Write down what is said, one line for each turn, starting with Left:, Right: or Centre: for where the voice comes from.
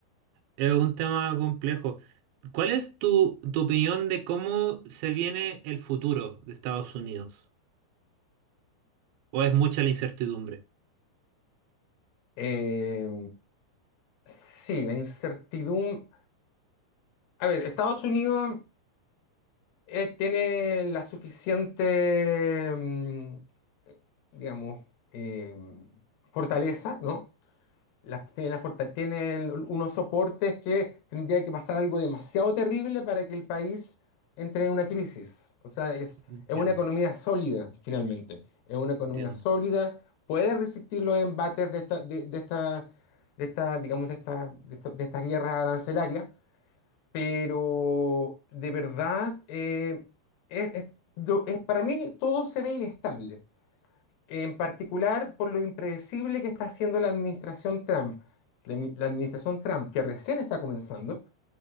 Right: Es un tema complejo. ¿Cuál es tu, tu opinión de cómo se viene el futuro de Estados Unidos? ¿O es mucha la incertidumbre?
Left: Eh, sí, la incertidumbre. A ver, Estados Unidos eh, tiene la suficiente, mm, digamos, eh, fortaleza, ¿no? Las, tiene, las porta- tiene unos soportes que tendría que pasar algo demasiado terrible para que el país entre en una crisis. O sea, es,
Right: Entiendo,
Left: es una economía sólida, finalmente. Es una economía
Right: entiendo.
Left: sólida, puede resistir los embates de esta, de, de esta, de esta, digamos, de esta, de esto- de estas guerras arancelarias, pero de verdad, eh, es, es- yo- es- para mí todo se ve inestable. En particular por lo impredecible que está haciendo la administración Trump, la, mi- la administración Trump que recién está comenzando,